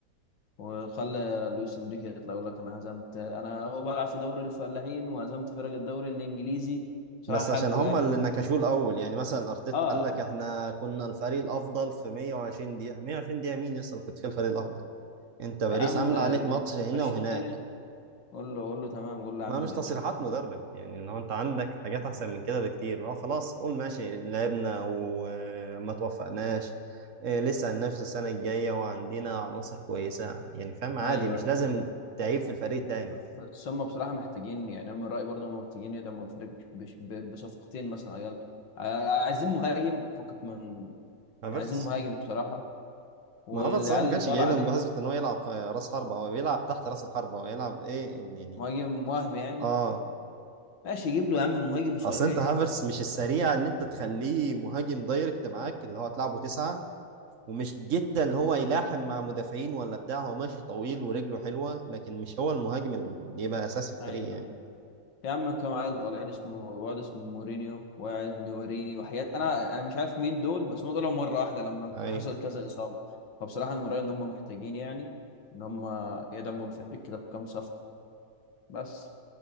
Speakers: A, on the left; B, on the right.
A: وخلى لويس انريكي يطلع يقول لك انا هزمت انا هو بلعب في دوري الفلاحين وهزمت فرق الدوري الانجليزي بصراحة
B: بس عشان
A: حقه
B: هما
A: يعني
B: اللي نكشوه الاول يعني مثلا ارتيتا
A: اه
B: قال لك احنا كنا الفريق الافضل في 120 دقيقه 120 دقيقه مين يصل كنت فيها الفريق الافضل انت باريس
A: يا عم
B: عامله
A: آه،
B: عليك ماتش هنا
A: مشي
B: وهناك
A: الدنيا قول له قول له تمام قول له يا
B: ما
A: عم
B: مش
A: اللي
B: تصريحات
A: تشوف
B: مدرب يعني اللي هو انت عندك حاجات احسن من كده بكتير لو خلاص قول ماشي لعبنا وما توفقناش إيه، لسه هننافس السنه الجايه وعندنا عناصر كويسه يعني فاهم عادي
A: ايوه
B: مش
A: ايوه
B: لازم تعيب في الفريق التاني
A: ب- بس هم بصراحة محتاجين يعني أنا من رأيي برضه هم محتاجين يدعموا الفريق بش- ب- بصفقتين مثلا عيال ع- عايزين مهاجم فكك من
B: هافرتس
A: عايزين مهاجم بصراحة والعيال
B: ما هو صلاح ما كانش
A: اللي طالعة
B: جاي لهم
A: دي
B: بحسبة ان هو يلعب آه، راس حربة هو بيلعب تحت راس الحربة هو يلعب ايه إن يعني
A: مهاجم وهم يعني
B: اه
A: ماشي يجيب له يا عم مهاجم صريح
B: اصل انت هافرس مش السريع اللي انت تخليه مهاجم دايركت معاك اللي هو تلعبه تسعة ومش جدا اللي هو يلاحم مع مدافعين ولا بتاع هو ماشي طويل ورجله حلوة لكن مش هو المهاجم اللي يبقى اساسي في
A: أيوه
B: الفريق يعني
A: أيوه يا عم كام عيل طالعين اسمه واد اسمه مورينيو وواحد نواريني وحاجات أنا أنا مش عارف مين دول بس هم طلعوا مرة واحدة لما
B: اي
A: حصل كذا إصابة فبصراحة أنا من رأيي إن هم محتاجين يعني إن هم يدعموا الفريق كده بكام صفقة بس